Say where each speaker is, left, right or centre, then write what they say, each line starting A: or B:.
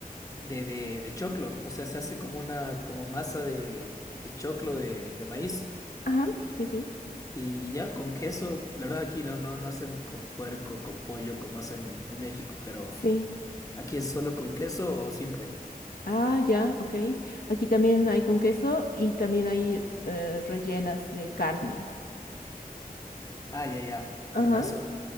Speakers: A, on the left; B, on the left.
A: de, de, de choclo. O sea, se hace como una como masa de, de choclo de, de maíz.
B: Ajá, sí, sí,
A: Y, y ya con queso, la verdad aquí no, no, no hacen con puerco, con pollo como hacen en México, pero
B: sí.
A: aquí es solo con queso o simple.
B: Ah, ya, ok. Aquí también hay con queso y también hay eh, rellenas de carne.
A: Ah, ya, ya, buenazo.
B: Ajá.
A: O